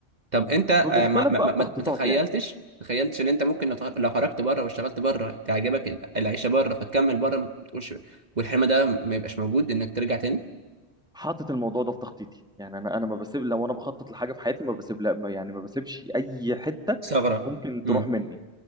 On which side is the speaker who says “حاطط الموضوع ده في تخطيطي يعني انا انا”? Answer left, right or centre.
Centre